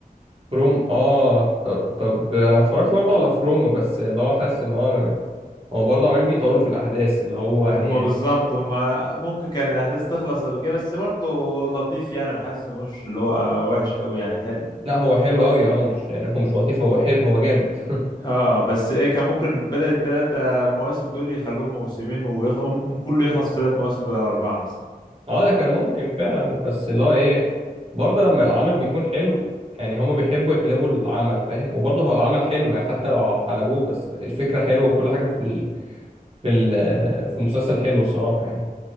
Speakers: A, on the right; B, on the left.
A: فروم اه طب طب انا اتفرجت برضه على فروم بس اللي هو حاسس ان هو انا هو برضه عمالين بيطولوا في الاحداث اللي هو يعني
B: هما بالظبط هما ممكن كان الأحداث تخلص قبل كده بس برضه لطيف يعني حاسس مش اللي هو وحش قوي يعني حلو
A: لا هو حلو قوي اه مش يعني هو مش لطيف هو حلو هو جامد
B: اه بس ايه كان ممكن بدل الثلاثة مواسم دول يخلوهم موسمين وممكن كله يخلص في ثلاث مواسم بدل أربعة مثلا
A: <laughs> اه ده كان ممكن فعلا بس اللي هو ايه برضه لما العمل بيكون حلو يعني هما بيحبوا يحلبوا العمل فاهم وبرضه هو العمل حلو يعني حتى لو حلبوه بس الفكرة حلوة وكل حاجة في ال... في ال... في المسلسل حلو الصراحة يعني